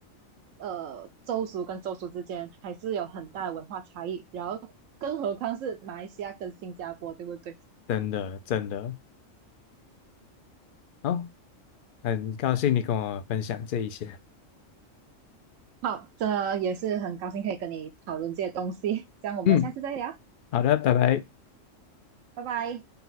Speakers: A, on the right (about 75°); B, on the left (about 60°).
A: 呃，州属跟州属之间还是有很大的文化差异。然后，更何况是马来西亚跟新加坡，对不对？
B: 真的真的。好，很高兴你跟我分享这一些。
A: 好，这也是很高兴可以跟你讨论这些东西。这样我们下次再聊，
B: 嗯，好的，拜拜。
A: 拜拜。